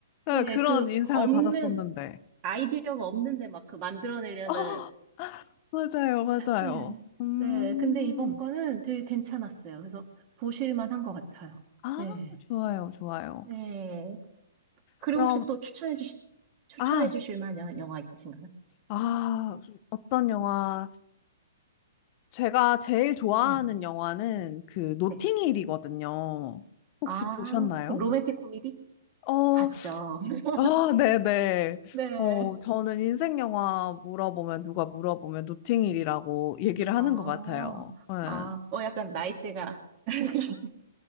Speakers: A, on the left; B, on the right.
A: 네,
B: 네,
A: 그런
B: 그
A: 인상을
B: 없는,
A: 받았었는데.
B: 아이디어가 없는데 막 그 만들어내려는.
A: 아, 맞아요. 맞아요.
B: 네,
A: 음.
B: 네. 근데 이번 거는 되게 괜찮았어요. 그래서 보실만 한 것 같아요.
A: 아,
B: 네,
A: 좋아요. 좋아요.
B: 네. 그리고
A: 그럼,
B: 혹시 또 추천해 주실, 추천해
A: 아,
B: 주실 만한 영화 있으신가요?
A: 아, 어떤 영화. 제가 제일 좋아하는
B: 네.
A: 영화는 그 노팅힐이거든요.
B: 네.
A: 혹시
B: 아,
A: 보셨나요?
B: 그럼 로맨틱 코미디?
A: 어,
B: 봤죠. <laughs>
A: 아, 네네.
B: 네.
A: 어, 저는 인생 영화 물어보면, 누가 물어보면 노팅힐이라고 얘기를 하는
B: 아,
A: 것 같아요. 네. 아,
B: 아, 어, 약간 나이대가. <laughs>